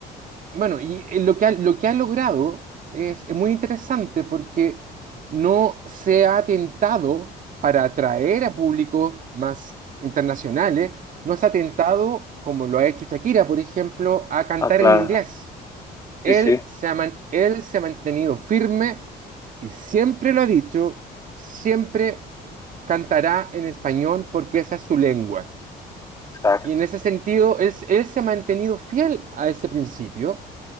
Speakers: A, on the right (about 50°); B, on the left (about 20°).
A: bueno, y eh, lo que ha, lo que ha logrado es, es muy interesante porque no se ha atentado para atraer a públicos más internacionales, no se ha atentado como lo ha hecho Shakira, por ejemplo, a cantar
B: Ah, claro,
A: en inglés. Él
B: sí, sí,
A: se ha, man- él se ha mantenido firme y siempre lo ha dicho, siempre cantará en español porque esa es su lengua.
B: exacto,
A: Y en ese sentido, él, él se ha mantenido fiel a ese principio